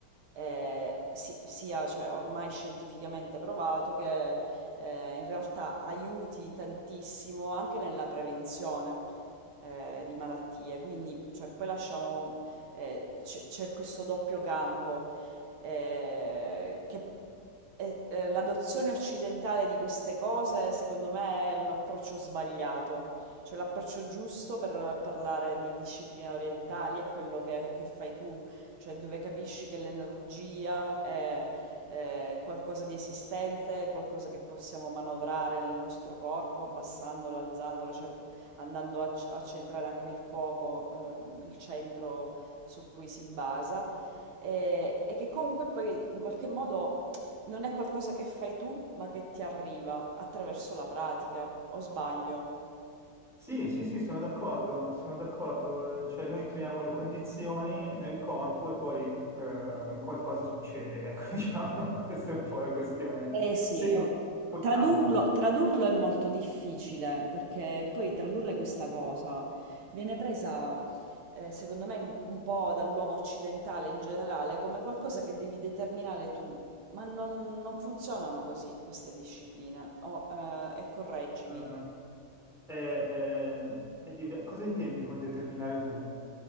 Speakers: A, on the right; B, in the centre.
A: eh, si- sia, cioè, ormai scientificamente provato che eh, in realtà aiuti tantissimo anche nella prevenzione eh, di malattie. Quindi, cioè, poi lasciamo, eh, c'è c'è questo doppio campo eh, che eh, eh, l'adozione occidentale di queste cose, secondo me, è un approccio sbagliato. Cioè, l'approccio giusto per parlare di discipline orientali è quello che, che fai tu, cioè dove capisci che l'energia è eh, qualcosa di esistente, qualcosa che possiamo manovrare nel nostro corpo, abbassandolo, alzandolo, cioè andando a, c- a centrare anche il fuoco, ehm, il centro su cui si basa eh, e che comunque poi in qualche modo non è qualcosa che fai tu, ma che ti arriva attraverso la pratica, o sbaglio?
B: Sì, sì, sì, sono d'accordo, sono d'accordo, eh, cioè noi creiamo le condizioni nel corpo e poi eh, qualcosa succede, ecco, <laughs> diciamo, questa è un po' la questione.
A: Eh sì,
B: Se
A: eh,
B: non vogliamo,
A: tradurlo, tradurlo è molto difficile perché poi tradurre questa cosa viene presa, eh, secondo me, un po' dall'uomo occidentale in generale come qualcosa che devi determinare tu, ma non, non funzionano così queste discipline. O, eh, e correggimi.
B: eh, è- è- è diver- cosa intendi con determinare tu?